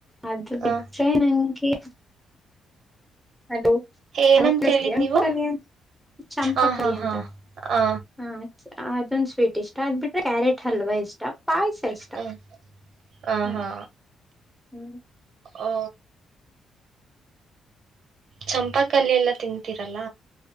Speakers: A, in the centre; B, on the right.
A: ಅದು
B: ಹಾಂ
A: ಬಿಟ್ರೆ ನಂಗೆ ಹಲೋ
B: ಏನಂತ
A: ಹ ಕ್ಲ
B: ಹೇಳಿದ್
A: ಎಂಪರಲ್ಲಿ
B: ನೀವು
A: ಚಂಪಕಡಿ
B: ಆ ಹಾ
A: ಅಂತ
B: ಹಾ ಆ
A: ಹಾ ಅದೊಂದ್ ಸ್ವೀಟ್ ಇಷ್ಟ ಅದ್ ಬಿಟ್ರೆ ಕ್ಯಾರೆಟ್ ಹಲ್ವಾ ಇಷ್ಟ. ಪಾಯ್ಸ ಇಷ್ಟ
B: ಹ್ಮ್ ಆ
A: ಹ್ಮ
B: ಹಾ
A: ಹ್ಮ
B: ಓ ಚಂಪಾಕಲ್ಲಿ ಎಲ್ಲ ತಿಂತೀರಲ್ಲ